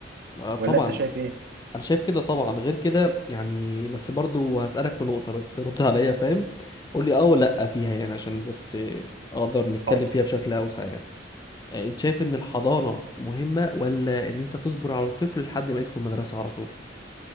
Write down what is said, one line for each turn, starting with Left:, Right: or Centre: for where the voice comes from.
Left: آه طبعا
Right: ولا أنت شايف
Left: ده.
Right: إيه؟
Left: انا شايف كده طبعا غير كده يعني بس برضو هسألك في نقطة بس رد عليا فاهم قول لي اه ولا لا فيها يعني عشان بس آه، اقدر نتكلم
Right: حاضر
Left: فيها بشكل اوسع يعني آه، انت شايف ان الحضانة مهمة ولا ان انت تصبر على الطفل لحد ما يدخل مدرسة على طول